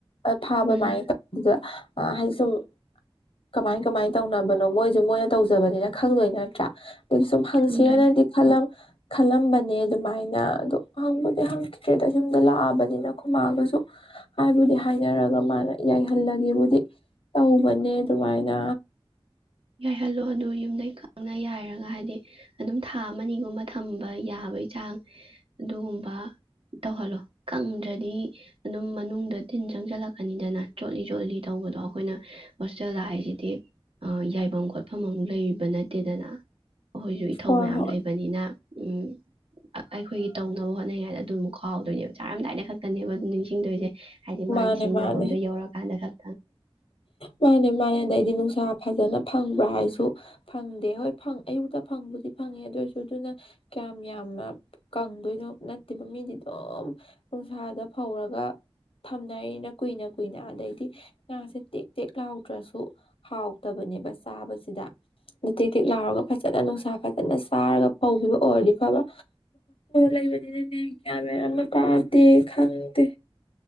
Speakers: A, on the left; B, on the right.
A: ꯐꯥꯕꯃꯥꯏꯅ
B: ꯎꯝ
A: ꯇꯧꯕꯗ ꯑꯩ ꯁꯨꯝ ꯀꯃꯥꯏ ꯀꯃꯥꯏ ꯇꯧꯅꯕꯅꯣ ꯃꯣꯏꯁꯨ ꯃꯣꯏꯅ ꯇꯧꯖꯕꯅꯤꯅ ꯈꯪꯗꯣꯏ ꯅꯠꯇ꯭ꯔꯥ ꯑꯗꯨ ꯁꯨꯝ ꯐꯪꯁꯦꯅꯗꯤ
B: ꯈꯪꯗꯣꯏꯅꯦ
A: ꯈꯂꯝ ꯈꯜꯂꯝꯕꯅꯦ ꯑꯗꯨꯃꯥꯏꯅ ꯑꯗꯣ ꯍꯪꯕꯨꯗꯤ ꯍꯪꯈꯤꯗ꯭ꯔꯦꯗ ꯁꯨꯝꯗ ꯂꯥꯛꯑꯕꯅꯤꯅ ꯈꯨꯃꯑꯒꯁꯨ ꯍꯥꯏꯕꯨꯗꯤ ꯍꯥꯏꯅꯔꯒ ꯃꯥꯅ ꯌꯥꯏꯍꯜꯂꯒꯕꯨꯗꯤ ꯇꯧꯕꯅꯦ ꯑꯗꯨꯃꯥꯏꯅ
B: ꯌꯥꯏꯍꯜꯂꯣ ꯑꯗꯨ ꯌꯨꯝꯗꯩ ꯈꯪꯅ ꯌꯥꯏꯔꯒ ꯍꯥꯏꯗꯤ ꯑꯗꯨꯝ ꯊꯥ ꯑꯒꯨꯝꯕ ꯊꯝꯕ ꯌꯥꯕꯩ ꯆꯥꯡ ꯑꯗꯨꯒꯨꯝꯕ ꯇꯧꯍꯜꯂꯣ ꯀꯪꯗ꯭ꯔꯗꯤ ꯑꯗꯨꯝ ꯃꯅꯨꯡꯗ ꯇꯤꯟ ꯆꯪꯁꯤꯜꯂꯛꯀꯅꯤꯗꯅ ꯆꯣꯠꯂꯤ ꯆꯣꯠꯂꯤ ꯇꯧꯕꯗꯣ ꯑꯩꯈꯣꯏꯅ ꯍꯣꯁꯇꯦꯜꯗꯥꯛꯏꯁꯤꯗꯤ ꯐꯐꯝ ꯈꯣꯠꯐꯝ ꯑꯃ ꯂꯩꯔꯤꯕ ꯅꯠꯇꯦꯗꯅ ꯑꯩꯈꯣꯏꯁꯨ ꯏꯊꯧ
A: ꯍꯣꯏ
B: ꯃꯌꯥꯝ
A: ꯍꯣꯏ
B: ꯂꯩꯕꯅꯤꯅ ꯎ ꯑꯩꯈꯣꯏꯒꯤ ꯇꯧꯅꯕ ꯍꯣꯠꯅꯔꯤꯉꯥꯏꯗ ꯑꯗꯨ ꯑꯃꯨꯛ ꯈꯥꯎꯍꯥꯎꯗꯣꯏꯅꯦꯕ ꯆꯥꯔꯝꯗꯥꯏꯗ ꯈꯛꯇꯅꯦꯕ ꯑꯗꯨ ꯅꯤꯡꯁꯤꯡꯗꯣꯏꯁꯦ ꯍꯥꯏꯗꯤ ꯃꯥꯒꯤ
A: ꯃꯥꯅꯦ
B: ꯁꯤꯖꯤꯟꯅꯐꯝꯗꯣ
A: ꯃꯥꯅꯦ
B: ꯌꯧꯔꯀꯥꯟꯗ ꯈꯛ
A: ꯃꯥꯅꯦ ꯃꯥꯅꯦꯗꯏꯗꯅ ꯅꯨꯡꯁꯥ ꯐꯖꯅ ꯐꯪꯕ꯭ꯔꯥ ꯍꯥꯏꯁꯨ ꯐꯪꯗꯦ ꯍꯣꯏ ꯑꯌꯨꯛꯇ ꯐꯪꯕꯨꯗꯤ ꯐꯪꯉꯦ ꯑꯗꯨꯏꯁꯨ ꯑꯗꯨꯅ ꯀꯌꯥꯝ ꯌꯥꯝꯅ ꯀꯪꯗꯣꯏꯅꯣ ꯅꯠꯇꯦꯕ ꯃꯤꯗꯤ ꯑꯗꯨꯝ ꯅꯨꯡꯁꯥꯗ ꯐꯧꯔꯒ ꯊꯝꯅꯔꯤꯅ ꯀꯨꯏꯅ ꯀꯨꯏꯅ ꯑꯗꯩꯗꯤ ꯉꯥꯁꯦ ꯇꯦꯛ ꯇꯦꯛ ꯂꯥꯎꯗ꯭ꯔꯁꯨ ꯍꯥꯎꯗꯕꯅꯦꯕ ꯆꯥꯕꯁꯤꯗ ꯑꯗ ꯇꯦꯛ ꯇꯦꯛ ꯂꯥꯎꯔꯒ ꯐꯖꯅ ꯅꯨꯡꯁꯥ ꯐꯖꯅ ꯆꯥꯔꯒ ꯐꯧꯈꯤꯕ ꯑꯣꯏꯔꯗꯤ ꯐꯕꯕ ꯂꯩꯕꯅꯤꯅꯅꯦꯥꯦ ꯈꯪꯗꯦ